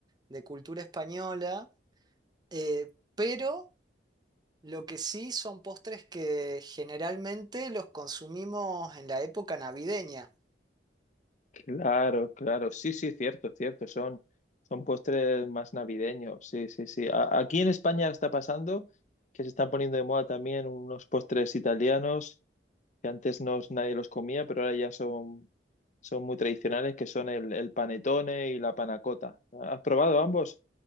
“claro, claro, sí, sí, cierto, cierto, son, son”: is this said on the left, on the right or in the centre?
Left